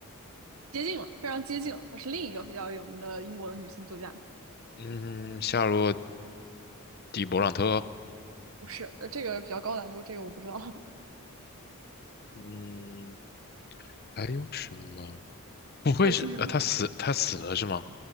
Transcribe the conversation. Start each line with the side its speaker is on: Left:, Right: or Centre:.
Right: 接近了，非常接近了，她是另一个比较有名的英国的女性作家，
Left: 嗯，夏洛蒂·勃朗特，
Right: 不是，呃，这个比较高难度，这个我不知道，<laughs>
Left: 嗯，还有什么？不会是呃，
Right: 她有精神病，
Left: 她死，她死了是吗？